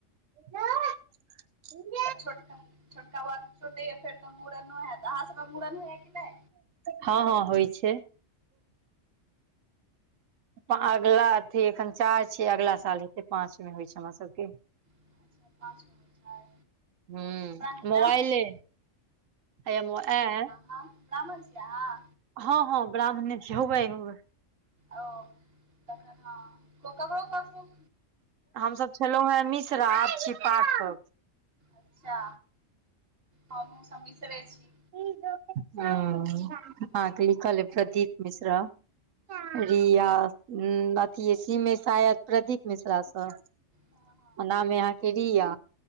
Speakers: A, on the right (about 80°); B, on the right (about 50°).
A: भेल
B: अ छोटका-छोटका बाबू छोटे यै फेर तऽ मूड़नो हैत, अहाँ सबमें मूड़न होय यै कि नै?
A: हां-हां होय छै। पा अगला अथी एखन चाएर छै अगला साल हेतै, पाँच मे होय छै हमरा सबके।
B: अच्छा पाँच गो छै
A: हूं
B: ब्राह्मण
A: मोबाइलै।
B: ब्राह्मण छी
A: <unintelligible>
B: हां ब्राह्मण छी आहां?
A: हां-हां ब्राह्मणे छी, हौवे-हौवे।
B: औ तखन हां क ककरो-ककरो
A: हम सब छेलौ हेंँ मिश्रा आब छी पाठक-
B: अच्छा हमहुँ सब मिश्ररे छी-
A: हँ आहाँ
B: हँ
A: के लिखल अइ खती मिश्रा- रिया हूँ अथी सीम में शायद प्रदीप मिश्रा सँ।
B: हँ हँ
A: आ नाम या आहाँके रिया